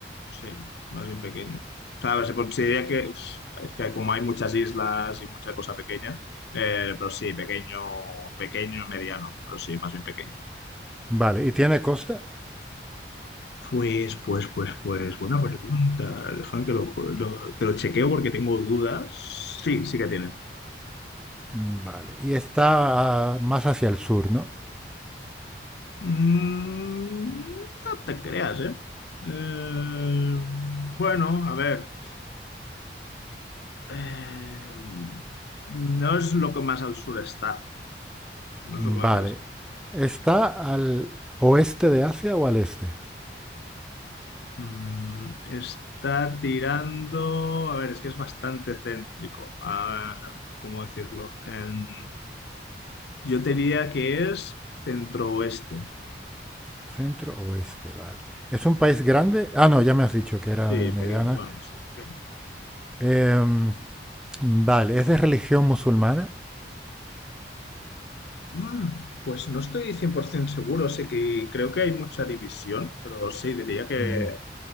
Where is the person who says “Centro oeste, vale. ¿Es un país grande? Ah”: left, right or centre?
Centre